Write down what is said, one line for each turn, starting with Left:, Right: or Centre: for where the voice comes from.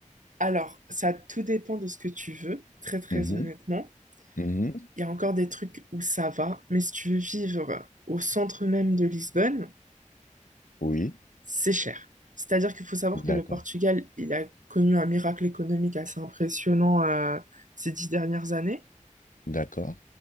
Right: Alors, ça tout dépend de ce que tu veux, très très
Left: Mhm,
Right: honnêtement.
Left: mhm.
Right: Il y a encore des trucs où ça va, mais si tu veux vivre au centre même de Lisbonne,
Left: Oui,
Right: c'est cher. C'est-à-dire qu'il faut savoir
Left: d'accord,
Right: que le Portugal, il a connu un miracle économique assez impressionnant euh, ces dix dernières années.
Left: d'accord.